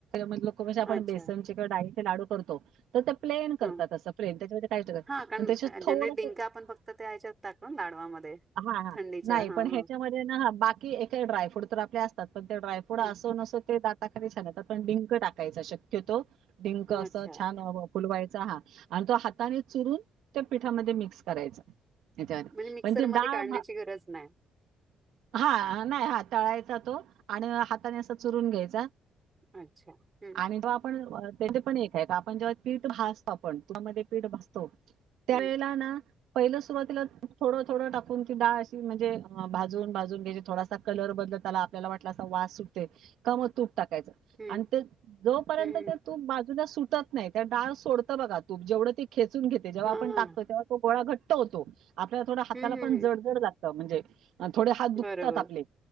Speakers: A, on the right (about 80°); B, on the right (about 30°).
A: मधलं कवच आपण
B: अच्छा
A: बेसन ची कडाई <unintelligible> लाडू करतो तर ते प्लेन करतात
B: हा
A: अस प्लेन त्याच्यामध्ये काही त्या
B: हा कारण जनरली
A: थोडस
B: डिंका आपण फक्त त्या ह्याच्यात टाकतो ना लाडवामध्ये
A: हा
B: थंडीच्या
A: नाही
B: हा
A: पण
B: हा
A: ह्याच्यामध्ये बाकी ए ड्रायफ्रूट तर आपल्या पण ते ड्रायफ्रूट
B: हम्म.
A: असो नसो ते दाता करी छान पण डिंक टाकायचा शक्यतो डिंक असं
B: अच्छा
A: छान फुलवायच ह आणि तो हाताने चुरून त्या पिठामध्ये मिक्स करायचा त्याच्यामध्ये
B: म्हणजे मिक्सरमध्ये
A: पण त डाळ
B: काढण्याची गरज नाही
A: हा नाही हा तळाय आणि हाता अस चुरून घ्यायचा
B: अच्छा हम्म
A: आणि तो आपण तेथ पण एक हे का आपण जेव्हा पीठ भाजतो आपण तुपामध्ये पीठ भाजतो त्या
B: हम्म
A: वेळेला ना पहिलं सुरवातीला थोड थोड टाकून ती डाळ अशी म्हणजे भाजून भाजून घ्यायची थोडासा कलर बदलत आला आपल्याला वाटला असा वास सुटते काम होत टाकायच
B: हम्म
A: आणि ते जोपर्यंत
B: हम्म हम्म
A: ते तूप सुटत नाही डाळ सोडत बघा तूप जेवढ ते खेचून घेते जेव्हा
B: हा
A: आपण
B: हा
A: टाकतो तेव्हा गोळा घट होतो आपल्या थोड हाताला
B: हम्म हम्म
A: पण जडजड लागत म्हणजे थोडे हात दुखतात
B: बरोबर
A: आपले